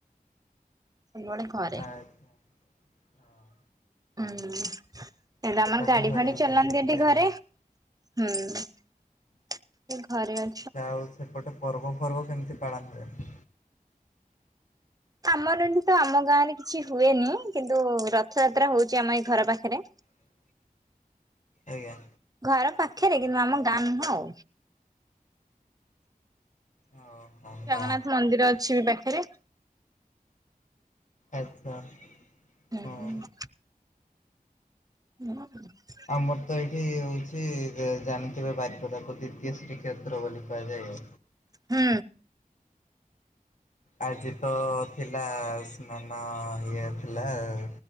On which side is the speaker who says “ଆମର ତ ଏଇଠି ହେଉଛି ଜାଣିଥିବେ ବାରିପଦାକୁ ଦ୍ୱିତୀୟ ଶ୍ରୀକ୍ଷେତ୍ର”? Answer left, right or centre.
Left